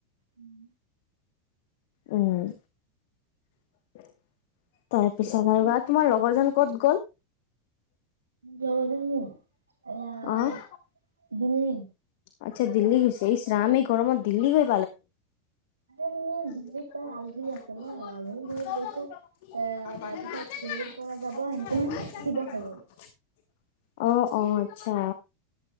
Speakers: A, on the right (about 80°); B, on the left (about 60°).
A: উম।
B: উম। <unintelligible> তাৰপিছত আৰু বা, তোমাৰ লগৰজন ক'ত গ'ল?
A: লগৰজনীয়ে? এয়া
B: অ',
A: দিল্লী।
B: আচ্ছা, দিল্লী গৈছে? ইছ ৰাম, এই গৰমত দিল্লী গৈ
A: আৰে মানে
B: <unintelligible>
A: দিল্লীত তাৰ আলহী আছে ন আলহীৰ ঘৰত গৈছে এ তাৰ পিছত দিল্লীৰ পৰা যাব হেনতে শিৱসাগৰ
B: <unintelligible> অহ, অহ। আচ্ছা।